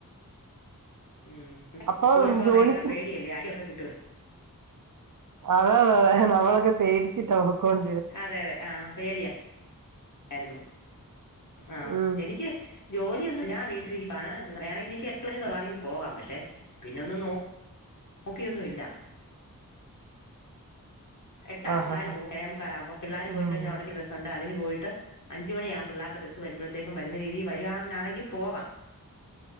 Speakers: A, on the left (about 60°); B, on the right (about 65°).
A: ഉം അെ
B: അപ്പൊ
A: സ്കൂളിൽ പോവാൻ
B: ജോലിക്ക്
A: ഭയങ്കരം പേടിയല്ലേ ആടിയൊക്കെ കിട്ടുവേ
B: അതെ അതെ അതെ നമ്മളൊക്കെ പേടിച്ചിട്ടാക്കോണ്ട്
A: അതെ അതെ ആഹ പേടിയാ ആായിരുന്നു ആ
B: ഉം
A: എനിക്ക് ജോലിയ ഒന്നുമല്ല വീട്ടിലിീതി പറയയാണെങ്കിൽ എനിക്ക് എട്ട് മണി തറാണെങ്കിൽ പോകാം പക്ഷെ പിന്നെ ഒന്നും ന നോക്കിയൊന്നുമല്ല എട്ടാ
B: ആഹ്
A: പിള്ളേർ
B: ആഹ്
A: പോവും ഴ മുക്കാലാക്പ പിള്ളേ
B: ആഹ്
A: പോയി കഴഞ്ഞാൽടന് ബസണ്ട് അതിന് പോയിട്ട് അഞ്ച മണി ആകുമ്പോ പിള്ളേരുടെ ബസ്സ് വരുമ്പോഴത്തേക്കും വരുന്ന രീതി വരുവാനാണെങ്കിൽ പോകാം